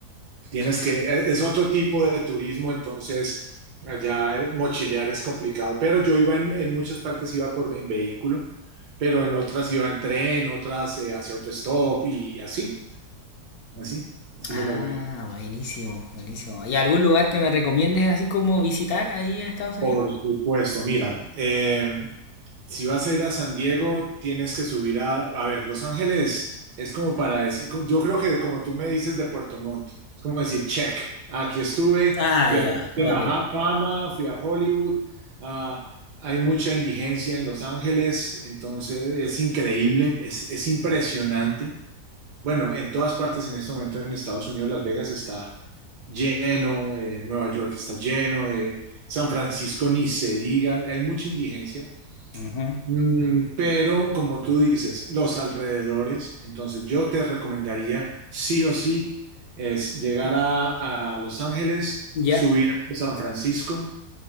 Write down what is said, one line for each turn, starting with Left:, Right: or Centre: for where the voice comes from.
Right: Tienes que, e, es otro tipo de turismo, entonces allá mochilear es complicado. Pero yo iba en, en muchas partes, iba por, en vehículo, pero en otras iba en tren, otras eh, hacia autostop y así, así, así
Left: Ah,
Right: lo logré.
Left: buenísimo, buenísimo. ¿Y algún lugar que me recomiendes así como visitar ahí en Estados Unidos?
Right: Por supuesto, mira, eh, si vas a ir a San Diego, tienes que subir a, a ver, Los Ángeles es como para decir, como- yo creo que como tú me dices de Puerto Montt, es como decir, check, aquí estuve,
Left: Ah,
Right: fui
Left: ya,
Right: a de
Left: ok.
Right: la Ja- Fama, fui a Hollywood, ah, hay mucha indigencia en Los Ángeles, entonces es increíble, es, es impresionante. Bueno, en todas partes en este momento en Estados Unidos, Las Vegas está lleno, eh, Nueva York está lleno, de San Francisco ni se diga, hay mucha indigencia.
Left: Ujú.
Right: Mm, pero como tú dices, los alrededores, entonces yo te recomendaría sí o sí es llegar a, a Los Ángeles,
Left: Ya.
Right: subir a San Francisco